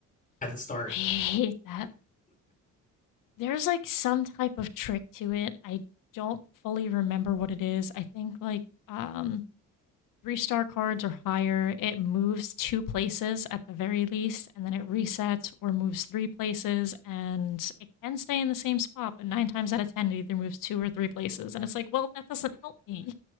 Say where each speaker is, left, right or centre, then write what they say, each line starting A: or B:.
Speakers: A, on the left; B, on the left.
A: at the start.
B: I hate that There's, like, some type of trick to it. I don't fully remember what it is. I think, like, um, 3 star cards or higher, it moves 2 places at the very least, and then it resets or moves 3 places, and it can stay in the same spot, but 9 times out of 10, it either moves 2 or 3 places. And it's like, well, that doesn't help me.